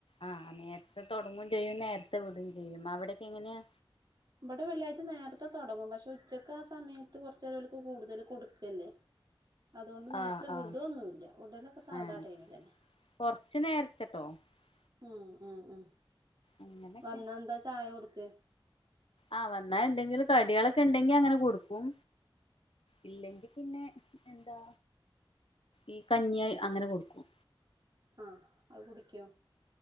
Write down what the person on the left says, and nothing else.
ആ നേരത്തെ തൊടങ്ങും ചെയ്യും നേരത്തെ വിടും ചെയ്യും അവിടെ ഞ്ഞ്ങ്ങനെയാ
ആഹ്
ആഹ്
ആഹ്
കൊറച്ച് <unintelligible>
അങ്ങനൊക്കെ
ആ വന്നാൽ ന്തെങ്കിലും കടികളൊക്കെണ്ടെങ്കി അങ്ങനെ കൊടുക്കും ഇല്ലെങ്കിൽ പിന്നെ ന്താ ഈ കഞ്ഞിയായി അങ്ങനെ കൊടുക്കും